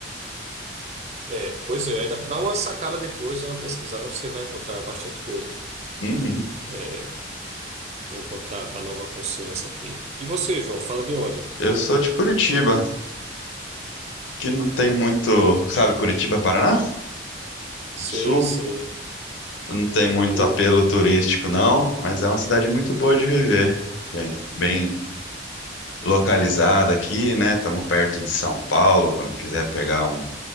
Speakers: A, on the right; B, on the left.
A: é, pois é, dá dá uma sacada depois, dá uma pesquisada, você vai encontrar bastante coisa,
B: Uhum.
A: é, enquanto da, da nova consciência aqui. E você, João, fala de onde?
B: Eu sou de Curitiba, que não tem muito, sabe, Curitiba, Paraná? No
A: Sei,
B: Sul.
A: sei.
B: Não tem muito
A: O,
B: apelo turístico, não, mas é uma cidade muito boa de viver. Bem, bem localizada aqui, né? Estamos perto de São Paulo, quando quiser pegar um-